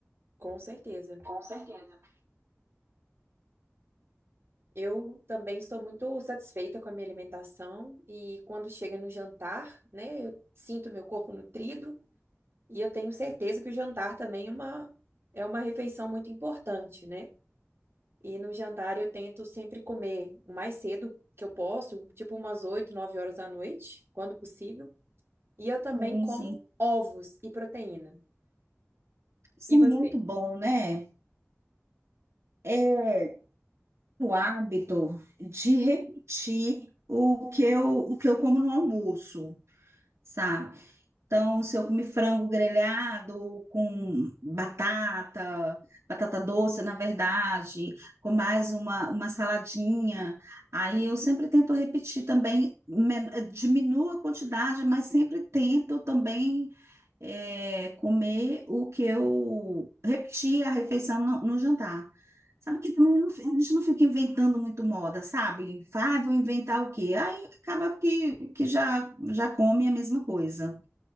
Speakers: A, on the right; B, on the right.
A: Com certeza.
B: Com certeza.
A: Eu também estou muito satisfeita com a minha alimentação e quando chega no jantar, né, eu sinto meu corpo nutrido e eu tenho certeza que o jantar também é uma, é uma refeição muito importante, né? E no jantar eu tento sempre comer o mais cedo que eu posso, tipo umas 8, 9 horas da noite, quando possível. E eu também
B: Sim,
A: como
B: sim.
A: ovos e proteína.
B: Isso
A: E
B: é
A: você?
B: muito bom, né? É o hábito de repetir o que eu, o que eu como no almoço, sabe? Então, se eu comer frango grelhado com batata, batata doce, na verdade, com mais uma, uma saladinha, aí eu sempre tento repetir também, men- eh, diminuo a quantidade, mas sempre tento também eh, comer o que eu repetir a refeição no, no jantar. Sabe que também não fi- a gente não fica inventando muito moda, sabe? Vai, vou inventar o quê? Aí acaba que, que já, já come a mesma coisa